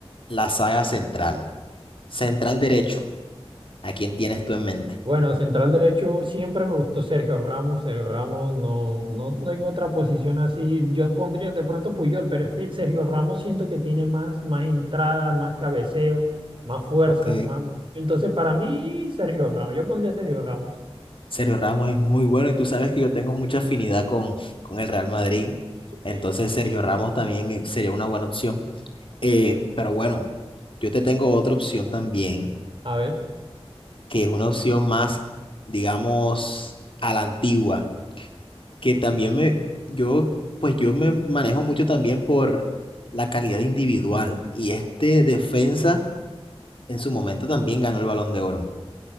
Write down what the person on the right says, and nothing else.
Bueno, central derecho siempre me gustó Sergio Ramos. Sergio Ramos no, no tengo otra posición así. Yo pondría de pronto Puyol, pero es que Sergio Ramos siento que tiene más, más entrada, más cabeceo, más fuerza,
más. Entonces, para mí, Sergio Ramos. Yo pondría Sergio Ramos.
Sí.
A ver,
sí.